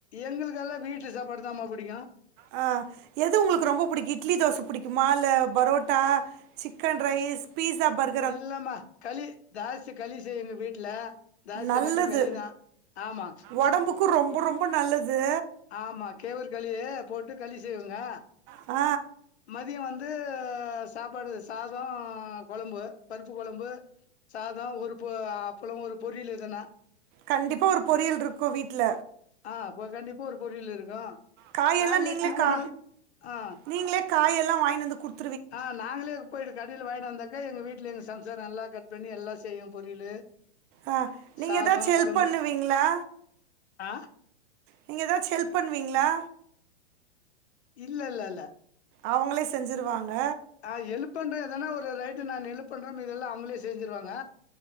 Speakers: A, on the left; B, on the right.
A: எங்களுக்கெல்லா வீட்டு சாப்பாடு தாம்மா பிடிக்கு
B: ஆ எது உங்களுக்கு ரொம்ப பிடிக்கு இட்லி தோச பிடிக்குமா இல்ல parotta chicken rice pizza burger
A: இல்லமா களி லாஸ்டு களி செய் எங்க வீட்ல ஜாஸ்தினாக்க
B: நல்லது
A: களி தான் ஆமா
B: உடம்புக்கு ரொம்ப ரொம்ப நல்லது
A: ஆமா கேவல் களி போட்டு களி செய்வேங்க
B: ஆ
A: மதியோ வந்து சாப்பாடு சாதோ கொழம்பு பருப்பு கொழம்பு சாதோ ஒரு பொ அப்பளம் ஒரு பொரியல் எதுன்னா
B: கண்டிப்பாக ஒரு பொரியல்ருக்கு வீட்ல
A: ஆ போ கண்டிப்பா ஒரு பொரியல் இருக்கு
B: காயெல்லா
A: கால்ல
B: நீங்களே
A: டிஃபன்
B: கா
A: வந் ஆ
B: நீங்களே காயெல்லா வாங்கினு வந்து குடுத்து
A: ஆ நாங்களே போய்டு கடில வாங்கினு வந்தாக்கா எங்க வீட்ல எங்க சம்சாரோ நல்லா கட் பண்ணி எல்லா செய்யு பொரியலு
B: ஆ நீங்க
A: சாதோ
B: எதாச்சு ஹெல்ப்
A: கொழம்பு
B: பண்ணுவிங்களா
A: ஆ
B: நீங்க ஏதாச்சு ஹெல்ப் பண்ணுவீங்ளா
A: இல்ல இல்லல்ல
B: அவுங்களே செஞ்சுருவாங்க
A: ஆ எழுப் பண்றே தான ஒரு ரைட்டு நா எழுபணுனு இதெல்லா அவுங்களே செஞ்சுருவாங்க